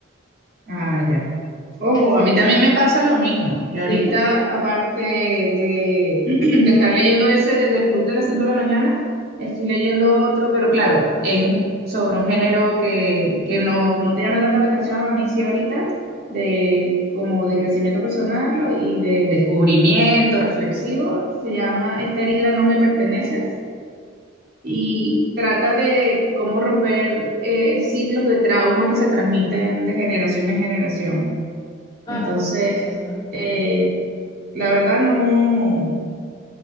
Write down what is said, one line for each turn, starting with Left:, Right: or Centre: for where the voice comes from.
Right: Ah, ya. Ojo,
Left: eh, sí,
Right: a mí también me pasa lo mismo. Y ahorita,
Left: sí,
Right: aparte de, <clears throat> de estar leyendo ese de- del Club de las cinco de la mañana, estoy leyendo otro, pero claro, es un- sobre un género que, que no, no te llama tanto la atención, a mí sí ahorita, de, como de crecimiento personal y de descubrimiento reflexivo. Se llama Esta herida no me pertenece y trata de cómo romper eh, ciclos de trauma que se transmiten de generación en generación.
Left: ah,
Right: Entonces,
Left: eso es muy interesante.
Right: eh, la verdad no,